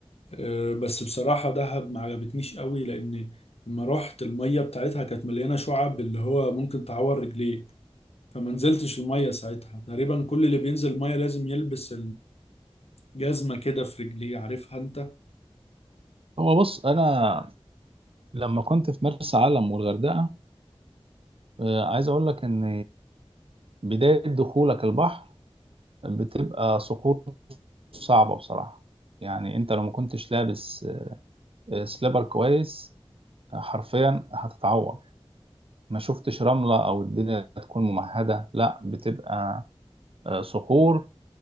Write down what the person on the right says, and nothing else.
هو بص أنا لما كنت في مرسى علم والغردقة آه، عايز اقول لك ان بداية دخولك البحر بتبقى صخور صعبة بصراحة يعني انت لو ما كنتش لابس آه، سليبر كويس آه، حرفيا هتتعور ما شفتش رملة او الدنيا تكون ممهدة لا بتبقى آه، صخور